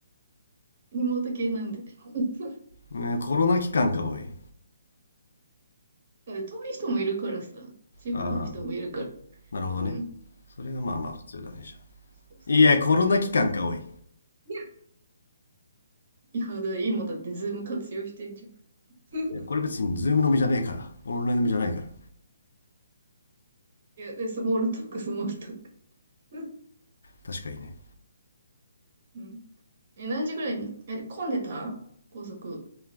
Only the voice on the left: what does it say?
ね、コロナ期間か、おい。
ああ、なるほどね。
それがまあまあ普通だね、じゃあ。
いや、コロナ期間か、
おい。い
やこれ別にズーム飲みじゃねえから。オンライン飲みじゃないから。
確かにね。